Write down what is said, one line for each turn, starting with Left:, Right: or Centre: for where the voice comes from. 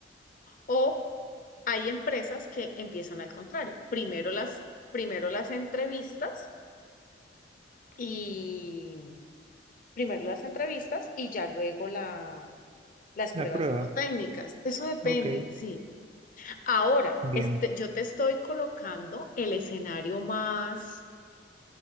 Left: O hay empresas que empiezan al contrario. Primero las, primero las entrevistas y primero las entrevistas y ya luego la, las pruebas
Right: la prueba,
Left: psicotécnicas. Eso depende,
Right: ok,
Left: sí. Ahora,
Right: bien,
Left: este, yo te estoy colocando el escenario más,